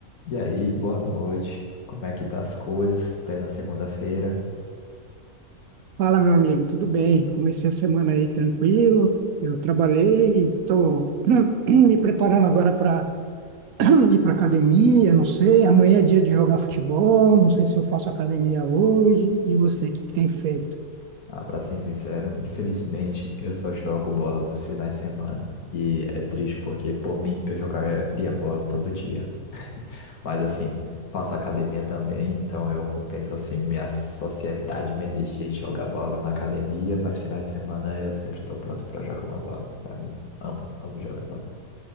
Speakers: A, on the left; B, on the right.
A: E aí, boa noite. Como é que tá as coisas? Plena segunda-feira.
B: Fala, meu amigo, tudo bem? Comecei a semana aí tranquilo. Eu trabalhei, estou <clears throat> me preparando agora para <clears throat> ir para academia. Não sei, amanhã é dia de jogar futebol. Não sei se eu faço academia hoje. E você, o que que tem feito?
A: Ah, pra ser sincero, infelizmente eu só jogo bola nos finais de semana. E é triste porque, por mim, eu jogaria bola todo dia. Mas assim, faço academia também, então eu compenso assim minha sociedade, minha energia de jogar bola na academia, mas finais de semana eu sempre tô pronto pra jogar uma bola. Pra mim, amo, amo jogar bola.